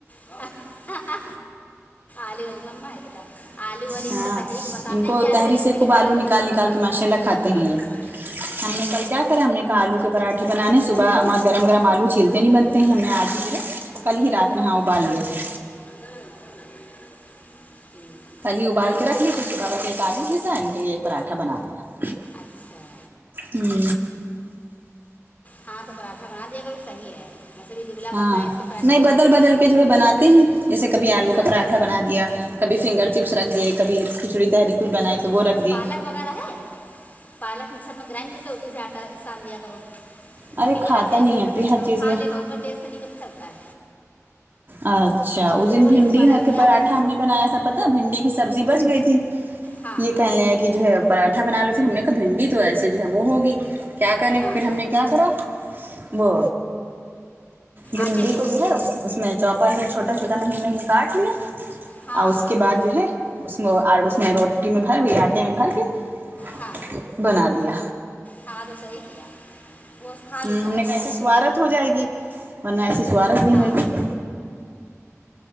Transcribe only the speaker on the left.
اہ ہا ہا آلو والی ممما ہے بیٹا آلو والی ان
کو تحریک بتاتے
ہیں کہ آلو
والی
کھچڑی
کھانا
تھا <unintelligible>
لیے
ہاں
مجھے
بھوک لگی
ہے
لوگ اچھا
کچھ ہے
رکھے
جائیں میں
دس دن میں کچھ
کھا
رہی
ہوں
<inaudible>
اچھا
ہاں تو پراٹھا بنا دیے تو صحیح ہے ویسے بھی دبلا
پتلا ہے اس کو فیٹ
نقصان
کرے
گا
ہاں
ہوں،
پالک وغیرہ ہے پالک مکسر میں گرائنڈ کر کے اسی سے آٹا ساند لیا کرو
اس کے
پراٹھے ایسے
کر
دیا
کر
کھا
لے گا اس میں ٹیسٹ نہیں ہے تو بھی چلتا ہے
تھوڑی
سی پالک ملا
دو
ہاں
ہاں
آٹے میں
ہاں
ہاں
ہاں
ہاں
ہاں تو صحیح کیا وہ کھا
بھی لے
گا
شوق
سے
ہاں